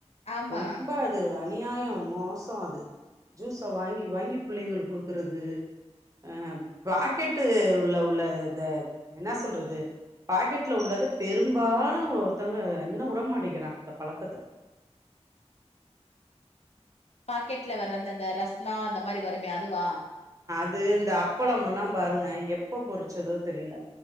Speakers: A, on the left; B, on the right.
A: ஆமா
B: ரொம்ப அது அ அநியாயோ மோசோ அது ஜூஸ வாங்கி வாங்கி பிள்ளைங்களுக் குடுக்கறது அஹ் பாக்கெட்டு உள்ள உள்ள இத என்ன சொல்றது பாக்கெட்ல உள்ளத பெரும்பாலு ஒருத்தங்க என்ன உடமாட்டேங்கிறாங்க அந்த பலக்கத
A: பாக்கெட்ல வரந்த இந்த ரஸ்னா அந்த து மாரி வருமே அதுவா
B: அ இந்த அப்பளோம் எல்லா பாருங்க எப்ப பொரிச்சதோ தெரில